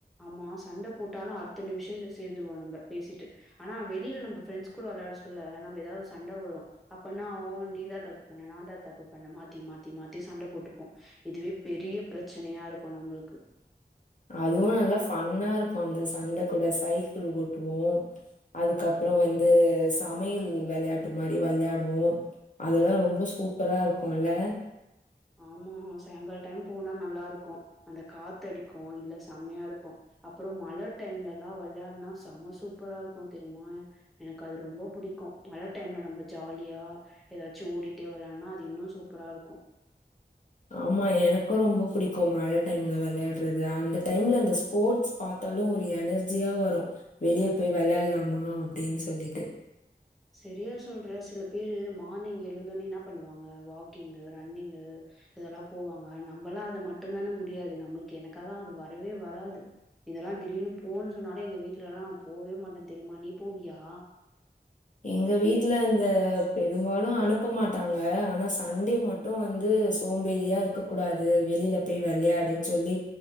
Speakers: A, in the centre; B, on the left.
A: ஆமா சண்ட போட்டாலு அடுத்த நிமிஷ சே சேந்துருவோ நம்ப பேசிட்டு ஆனா வெளியில நம்ப ஃப்ரெண்ஸ் கூட வெளாட சொல்ல நம் ஏதாது ஒரு சண்ட வரு அப்ப நா நீ தா தப் பண்ண நா தா தப்பு பண்ண மாத்தி மாத்தி மாத்தி சண்ட போட்டுப்போ இதுவே பெரிய பிரச்சனையா இருக்கு நம்மளுக்கு
B: அதுவு நல்லா ஃபன்னா இருக்கு அந்த சண்ட கூட சைக்கிள் ஓட்டுவோ அதுக்கப்பற வந்து சமயல் வெளையாட்டு மாரி வெளையாடுவோ அதெல்லா ரொம்ப சூப்பரா இருக்குல்ல
A: ஆமா சாயங்கால டைம் போனா நல்லா இருக்கு அந்த காத்தடிக்கு இல்ல செம்மையா இருக்கு அப்பற மழ டைம்லல்லா வெளையாடுனா செம சூப்பரா இருக்கு தெரியுமா எனக்கு அது ரொம்ப புடிக்கு மழ டைம்ல நம்ப ஜாலியா ஏதாச்சு ஓடிட்டே வெளயாடினா அது இன்னு சூப்பரா இருக்கு
B: ஆமா எனக்கு ரொம்ப புடிக்கு மழ டைம்ல விளையாடுறது அந்த டைம்ல அந்த ஸ்போட்ஸ் பா த்தாலு ஒரு எனர்ஜியா வரு வெளியே போய் விளயாடலாமா அப்டின்னு சொல்லிட்டு
A: செரியா சொல்ற சில பேரு மார்னிங் எழுந்தோனே என்ன பண்ணுவாங்க வாக்கிங்கு ரன்னிங்கு இதெல்லா போவாங்க நம்பல்லா அது மட்டுந்தான முடியாது நம்மளுக்கு எனக்கெல்லா அது வரவே வராது இதெல்லா திடீர்னு போன் சொன்னாலே எங்க வீட்டுல எல்லா நா போவே மாட்டே தெரியுமா நீ போவியா
B: எங்க வீட்டுல அந்த பெரும்பாலு அனுப்ப மாட்டாங்க ஆனா சண்டே மட்டு வந்து சோம்பேறியா இருக்க கூடாது வெளியில போய் வெளையாடு சொல்லி